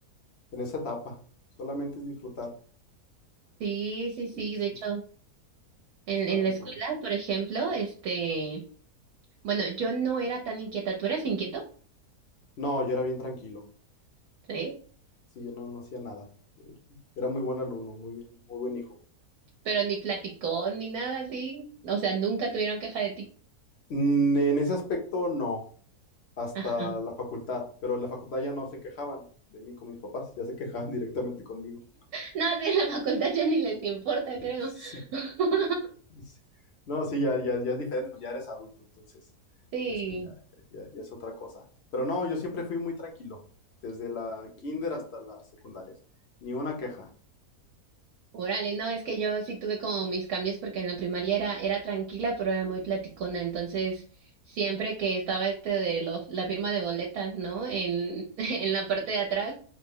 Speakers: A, on the left; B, on the right.
A: en esa etapa. Solamente es disfrutar.
B: Sí, sí, sí,
A: Sí, sí,
B: de hecho.
A: sí,
B: En,
A: estaba
B: en
A: muy
B: la escuela,
A: padre.
B: por ejemplo, este, bueno, yo no era tan inquieta, tú eras inquieto,
A: No, yo era bien tranquilo.
B: ¿sí?
A: Sí, yo no, no hacía nada. Eh, Era muy buen alumno, muy bien, muy buen hijo.
B: Pero ni platicó ni nada así, o sea, nunca tuvieron queja de ti.
A: Mm, En ese aspecto no, hasta
B: Ajá.
A: la facultad, pero en la facultad ya no se quejaban de mí con mis papás, ya se quejaban <laughs> directamente conmigo.
B: No, sí, en la facultad ya ni les importa, creo.
A: Sí,
B: <laughs>
A: sí. No, sí, ya, ya, ya es diferente, pues ya eres adulto, entonces,
B: Sí.
A: este, ya, ya, ya, ya es otra cosa. Pero no, yo siempre fui muy tranquilo, desde la kinder hasta las secundarias, ni una queja.
B: Órale, no, es que yo sí tuve como mis cambios porque en la primaria era, era tranquila, pero era muy platicona. Entonces, siempre que estaba este de lo- la firma de boletas, ¿no? En, <laughs> en la parte de atrás,